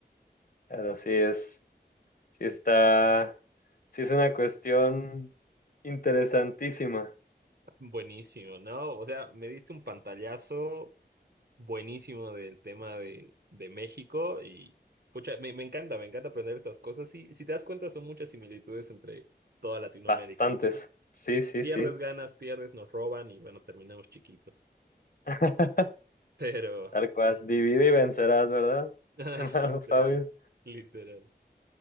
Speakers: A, on the left (about 55°); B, on the right (about 65°).
A: Pero sí es. Sí está, sí es una cuestión interesantísima.
B: buenísimo, ¿no? O sea, me diste un pantallazo. buenísimo del tema de, de México y pucha, me, me encanta, me encanta aprender estas cosas. Sí, si te das cuenta, son muchas similitudes entre toda Latinoamérica,
A: Bastantes.
B: ¿no?
A: Sí, sí,
B: Pierdes
A: sí.
B: ganas, pierdes, nos roban y bueno, terminamos chiquitos.
A: <laughs>
B: <laughs> Pero,
A: Tal cual.
B: pero
A: Divide
B: muy-
A: y vencerás, ¿verdad?
B: <laughs>
A: Estimado
B: Ah, literal,
A: Fabio.
B: literal,